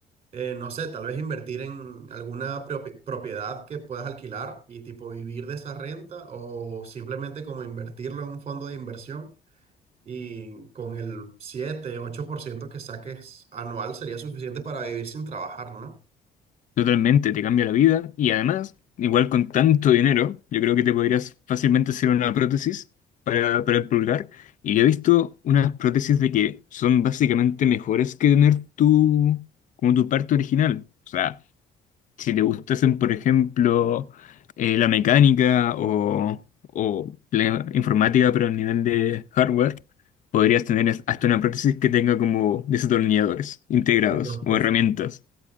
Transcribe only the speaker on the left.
totalmente, te cambia la vida. Y además, igual con tanto dinero, yo creo que te podrías fácilmente hacer una prótesis para, para el pulgar. Y yo he visto unas prótesis de que son básicamente mejores que tener tu, como tu parte original. O sea, si te gustasen, por ejemplo, eh, la mecánica o, o la informática, pero a nivel de hardware, podrías tener es- hasta una prótesis que tenga como desatornilladores integrados
o herramientas.